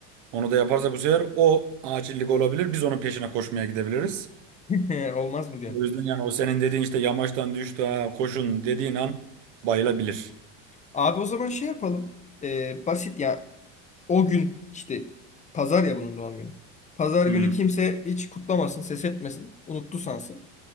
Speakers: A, on the right; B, on the left.
A: onu da yaparsa bu sefer o acillik olabilir. Biz onun peşine koşmaya gidebiliriz.
B: <laughs> Olmaz mı diyorsun?
A: O yüzden yani o senin dediğin işte yamaçtan düştü ha koşun dediğin an bayılabilir.
B: Abi o zaman şey yapalım. Ee, basit ya. O gün işte pazar ya bunun doğum günü. Pazar
A: Hmm.
B: günü kimse hiç kutlamasın, ses etmesin. Unuttu sansın.